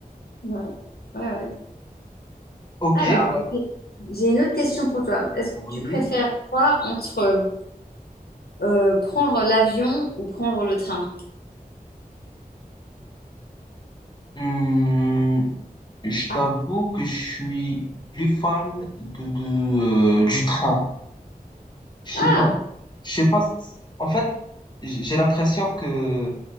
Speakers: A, on the left (about 85°); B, on the left (about 30°).
A: Ouais. Ouais, ouais.
B: Ok,
A: Alors,
B: bah
A: j'ai j'ai une autre question pour toi. Est-ce que
B: oui.
A: tu préfères quoi entre euh, prendre l'avion ou prendre le train?
B: Hum, je
A: Ah,
B: t'avoue que je suis plus fan de, de, euh, du train. Je sais
A: ah.
B: pas. Je sais pas. c- En fait, j- j'ai l'impression que